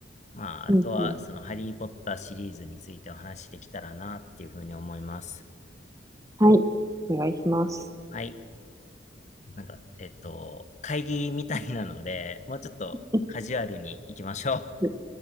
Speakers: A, on the left; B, on the right.
A: まあ、
B: うんうん。
A: あとは、その、ハリー・ポッターシリーズについてお話しできたらな、っていうふうに思います。
B: はい。お願いします。
A: はい。なんか、えっと、会議みたいなので、<laughs> もうちょっとカジュアルに行きましょう。
B: うん